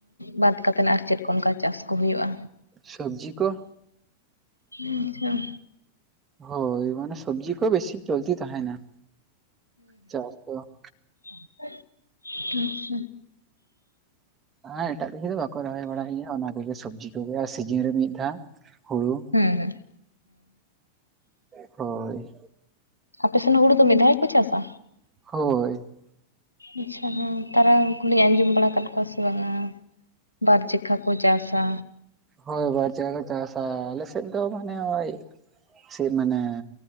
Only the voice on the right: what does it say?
ᱥᱚᱵᱽᱡᱤ ᱠᱚ ᱾
ᱦᱳᱭ ᱢᱟᱱᱮ ᱥᱚᱵᱽᱡᱤ ᱠᱚ ᱵᱮᱥᱤ ᱪᱚᱞᱛᱤ ᱛᱟᱦᱮᱱᱟ ᱪᱟᱥ ᱫᱚ ᱾
ᱦᱮᱸ ᱮᱴᱟᱜ ᱠᱤᱪᱷᱩ ᱫᱚ ᱵᱟᱠᱚ ᱨᱚᱦᱚᱭ ᱵᱟᱲᱟᱭ ᱜᱮᱭᱟ, ᱚᱱᱟ ᱠᱚᱜᱮ ᱥᱚᱵᱽᱡᱤ ᱠᱚᱜᱮ ᱟᱨ ᱥᱤᱡᱤᱱ ᱨᱮ ᱢᱤᱫ ᱫᱷᱟᱣ ᱦᱩᱲᱩ ᱾
ᱦᱳᱭ ᱾
ᱦᱳᱭ ᱾
ᱦᱳᱭ ᱵᱟᱨ ᱡᱮᱠᱷᱟ ᱠᱚ ᱪᱟᱥᱟ, ᱟᱞᱮ ᱥᱮᱫ ᱫᱚ ᱢᱟᱱᱮ ᱳᱭ ᱥᱮ ᱢᱟᱱᱮ